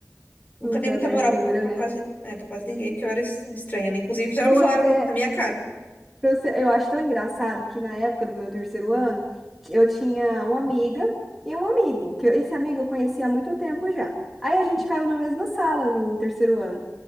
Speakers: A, on the left; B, in the centre.
A: nunca
B: muita
A: dei muita
B: abertura,
A: moral pra, pra
B: né?
A: quase, né, pra quase ninguém, porque eu era es- estranha, né? Inclusive, já
B: Eu
A: me falaram
B: até,
A: na minha cara.
B: Pra você- Eu acho tão engraçado que na época do meu terceiro ano, ti- eu tinha uma amiga e um amigo, que eu- esse amigo eu conhecia há muito tempo já. Aí a gente caiu na mesma sala no terceiro ano.